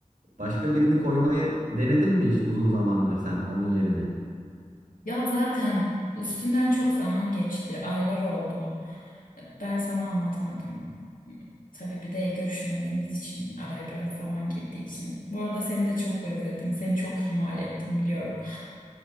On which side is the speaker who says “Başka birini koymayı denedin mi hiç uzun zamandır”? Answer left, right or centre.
Right